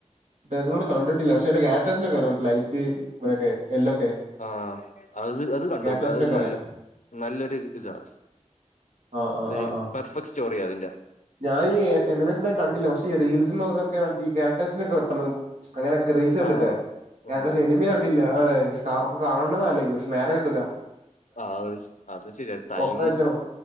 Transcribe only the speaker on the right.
ഇതൊന്നും കണ്ടിട്ടില്ല പക്ഷെ ക്യാരറ്റസിന് ഒക്കെ അറിയാം ലൈറ്റ് ഇങ്ങനൊക്കെ എല്ലൊക്കെ.
ക്യാരക്ടേഴ്സിനൊക്കെ
അറിയാം.
ആഹ് ആഹ്
ആഹ് ആഹ്.
ഞാൻ ഈ എലമൻസിനെ കണ്ടില്ല പക്ഷ റീൽസക്കൊക്കെ മറ്റ ക്യാരക്റ്റേഴ്സിനൊക്കെ വട്ടണം അങ്ങനെയൊക്കെ റീൽസ് കണ്ടിട്ട്
<unintelligible>
പിന്ന അ പക്ഷെ ഒക്ക കാണുന്ന ആലോചിക്കും പക്ഷെ നേരെ കിട്ടല
ഒക്കെ വെച്ചണം.